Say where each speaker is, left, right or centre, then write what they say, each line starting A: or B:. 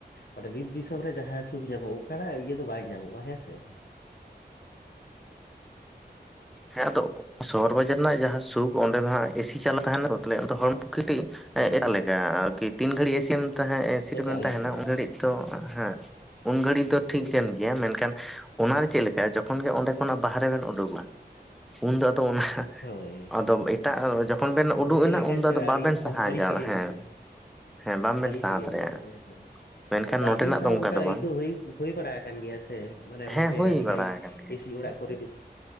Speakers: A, on the left; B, in the centre.
A: ᱢᱟᱱᱮ ᱵᱤᱨ ᱫᱤᱥᱚᱢ ᱨᱮ ᱡᱟᱦᱟᱸ ᱥᱩᱠ ᱧᱟᱢᱚᱜᱼᱟ ᱚᱱᱠᱟᱱᱟᱜ ᱤᱭᱟᱹ ᱫᱚ ᱵᱟᱭ ᱧᱟᱢᱚᱜᱼᱟ ᱦᱮᱸ ᱥᱮ᱾
B: ᱦᱮᱸ ᱟᱫᱚ ᱥᱚᱦᱚᱨ ᱵᱟᱡᱟᱨ ᱨᱮᱱᱟᱜ ᱡᱟᱦᱟᱸ ᱥᱩᱠ ᱚᱸᱰᱮ ᱫᱚ ᱦᱟᱸᱜ ᱮᱥᱤ ᱪᱟᱞᱟᱣ ᱛᱟᱦᱮᱸ ᱱᱟᱛᱚ ᱦᱚᱲᱢᱚ ᱠᱟᱹᱴᱤᱜ
A: ᱦᱳᱭ
B: ᱮᱴᱟᱜ ᱞᱮᱠᱟ ᱟᱨᱠᱤ ᱛᱤᱱ ᱜᱷᱟᱹᱲᱤᱜ ᱮᱥᱤᱢ ᱛᱟᱦᱮᱸ ᱮᱥᱤ
A: ᱮᱴᱟᱜ
B: ᱨᱮᱢ
A: ᱞᱮᱠᱟ
B: ᱛᱟᱦᱮᱸᱱᱟ ᱩᱱ ᱜᱷᱟᱹᱲᱤᱜ ᱛᱚ ᱦᱮᱸ ᱩᱱ ᱜᱷᱟᱹᱲᱤᱜ ᱫᱚ ᱴᱷᱤᱠ
A: ᱚᱱᱠᱟ
B: ᱠᱟᱱ ᱜᱮᱭᱟ ᱢᱮᱱᱠᱷᱟᱱ ᱚᱱᱟᱨᱮ ᱪᱮᱫᱞᱮᱠᱟ ᱡᱚᱠᱷᱚᱱ ᱜᱮ ᱚᱸᱰᱮ ᱠᱷᱚᱱᱟᱜ ᱵᱟᱦᱨᱮ ᱵᱤᱱ ᱚᱰᱳᱜᱚᱜ-ᱟ ᱩᱱᱫᱚ ᱟᱫᱚ ᱚᱱᱟ,
A: ᱦᱳᱭ
B: ᱫᱚᱢ ᱮᱴᱟᱜ ᱚ ᱡᱚᱠᱷᱚᱱ ᱵᱮᱱ ᱩᱰᱩᱠ
A: ᱚᱸᱰᱮ ᱪᱮᱜ
B: ᱮᱱᱟ
A: ᱞᱮᱠᱟ
B: ᱩᱱᱫᱚ
A: ᱪᱚ
B: ᱟᱫᱚ ᱵᱟᱵᱮᱱ
A: ᱟᱹᱲᱤ
B: ᱥᱟᱦᱟ
A: ᱟᱹᱰ ᱟᱹᱲᱤᱥ
B: ᱡᱟᱣᱨᱟ
A: ᱜᱮ
B: ᱦᱮᱸ
A: ᱵᱩᱡᱷᱟᱹᱜᱼᱟ᱾
B: ᱦᱮᱸ ᱵᱟᱝᱵᱮᱱ
A: ᱟᱹᱲᱤᱥ
B: ᱥᱟᱦᱟ
A: ᱜᱮ
B: ᱫᱟᱲᱮᱭᱟᱜᱼᱟ
A: ᱵᱩᱡᱷᱟᱜᱼᱟ ᱦᱮᱸ ᱥᱮ᱾
B: ᱢᱮᱱᱠᱷᱟᱱ
A: ᱟᱫᱚ
B: ᱱᱚᱸᱰᱮᱱᱟᱜ
A: ᱟᱹᱵᱤᱱ ᱥᱟᱶ
B: ᱫᱚ
A: ᱚᱱᱠᱟ
B: ᱫᱚ ᱵᱟᱝ
A: ᱟᱹᱭᱠᱟᱹᱣ ᱦᱩᱭ ᱦᱳᱭ ᱵᱟᱲᱟ ᱟᱠᱟᱱ ᱜᱮᱭᱟ ᱥᱮ ᱢᱟᱱᱮ ᱚᱱᱮ
B: ᱦᱮᱸ
A: ᱡᱮ
B: ᱦᱩᱭ
A: ᱟᱹᱰᱤ
B: ᱵᱟᱲᱟ
A: ᱜᱷᱟᱹᱲᱤᱜ
B: ᱟᱠᱟᱱ ᱜᱮᱭᱟ
A: ᱮᱥᱤ ᱚᱲᱟᱜ ᱠᱚᱨᱮ ᱜᱮ